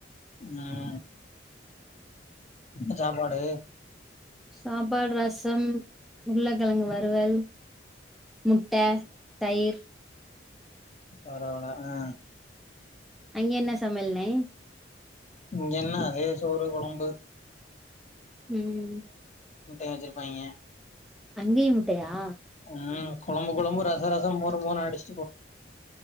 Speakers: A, on the left; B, in the centre.
A: ம் என்ன சாப்பாடு
B: சாப்பாடு ரசம் உருளக்கிழங்கு வறுவல் முட்டை தயிர்
A: பரவவல்லா ஆ
B: அங்க என்ன சமயல்னே
A: இங்க என்ன அதே சோறு கொழம்பு
B: ம்
A: முட்ட வச்சுருப்பாங்கே
B: அங்கேயும் முட்டயா
A: ம் கொழம்பு கொழம்பு ரசம் ரசம் மோரு மோரு ஆயிடுச்சு